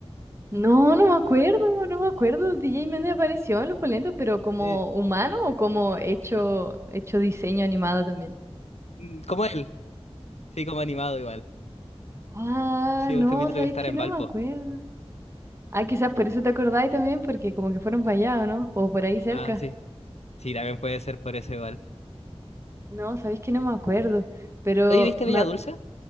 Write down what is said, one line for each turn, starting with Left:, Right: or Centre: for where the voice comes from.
Right: No, no me acuerdo, no me acuerdo. D J Méndez apareció en Los Polentos, pero como
Left: Eh,
Right: humano o como hecho, hecho diseño animado también.
Left: mm, como él, sí, como animado igual.
Right: Ah,
Left: Sí,
Right: no,
Left: un capítulo
Right: ¿sabes
Left: que estará
Right: que
Left: en
Right: No
Left: Valpo.
Right: me acuerdo. Ah, quizás por eso te acordáis también, porque como que fueron para allá, ¿o no? O por ahí cerca.
Left: Ah, sí. Sí, también puede ser por eso igual.
Right: No, ¿sabéis que no me acuerdo? Pero
Left: Oye, ¿viste
Right: me
Left: Bella
Right: ac-
Left: Dulce?